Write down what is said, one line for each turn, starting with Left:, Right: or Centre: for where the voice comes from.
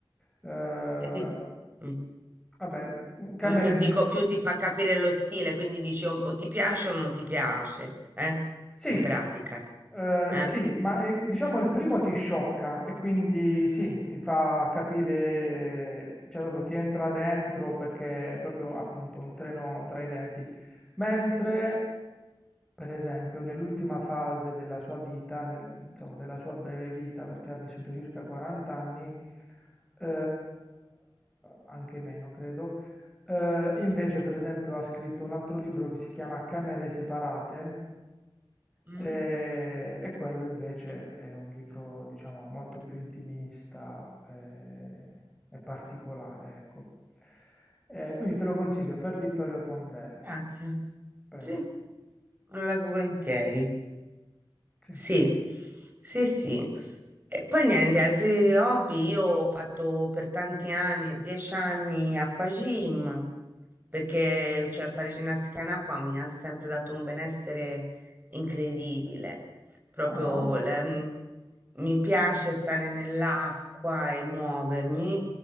Centre: eh,
Right: che ti- mm.
Centre: vabbè, camere...
Right: quello che dico
Centre: sep-
Right: più ti fa capire lo stile, quindi dici o, o ti piace o non ti piace, eh?
Centre: Sì,
Right: In pratica,
Centre: Eh,
Right: eh?
Centre: sì, ma eh, diciamo il primo ti sciocca e quindi sì, ti fa capire, cioè proprio ti entra dentro perché è proprio appunto un treno tra i denti. Mentre, per esempio, nell'ultima fase della sua vita, nel- insomma della sua breve vita, perché ha vissuto circa 40 anni, eh, anche meno credo, eh, invece per esempio ha scritto un altro libro che si chiama Camere separate
Right: Mm.
Centre: e, e quello invece è un libro, diciamo, molto più intimista eh, e particolare, ecco. Eh, quindi te lo consiglio per Vittorio Tondelli,
Right: Grazie.
Centre: prego.
Right: Sì, lo leggo volentieri.
Centre: Sì.
Right: Sì, sì, sì. E poi niente, altri hobby. Io ho fatto per tanti anni, dieci anni, acquagym, perché cioè, fare ginnastica in acqua mi ha sempre dato un benessere incredibile. Proprio
Centre: Ah,
Right: la- m, mi piace stare nell'acqua e muovermi.